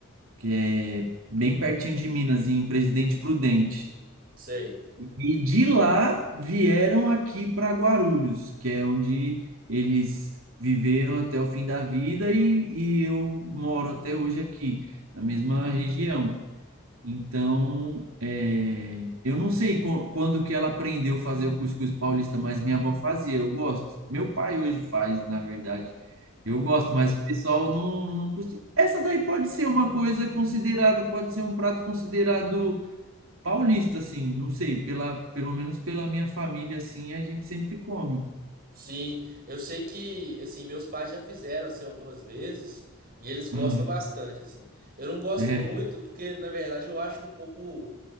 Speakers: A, on the right (about 75°); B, on the right (about 45°).
A: que é bem pertinho de Minas, em Presidente Prudente.
B: sei.
A: E de lá vieram aqui para Guarulhos, que é onde eles viveram até o fim da vida e, e eu moro até hoje aqui, na mesma região. Então, é, eu não sei qu- quando que ela aprendeu a fazer o cuscuz paulista, mas minha avó fazia, eu gosto. Meu pai hoje faz, na verdade. Eu gosto, mas o pessoal não, não costuma. Essa daí pode ser uma coisa considerada, pode ser um prato considerado paulista, assim, não sei, pela, pelo menos pela minha família, assim, a gente sempre come.
B: Sim, eu sei que, assim, meus pais já fizeram, assim, algumas vezes e eles gostam
A: Uhum.
B: bastante, assim. Eu não gosto
A: É,
B: muito porque, na verdade, eu acho um pouco